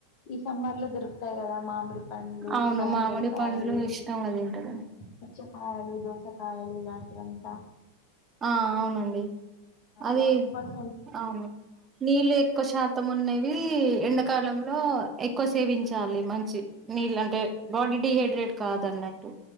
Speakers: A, on the left; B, on the right.
A: ఈ సమ్మర్ లో దొ అంతే కదా మామిడి పండ్లు
B: అవును
A: కలంగరకాయలు
B: మామిడి పండ్లు ఇష్టంగా తింటారు
A: తెచ్ కాయలు దోసకాయలు ఇలాంటివంతా
B: ఆ అవునండి అది
A: వాటర్ పర్స్
B: అవును నీళ్ళు ఎక్కువ శాతం ఉన్నవి ఎండాకాలంలో ఎక్కువ సేవించాలి మంచి నీళ్ళు అంటే బాడీ డిహైడ్రేట్ కాదున్నట్టు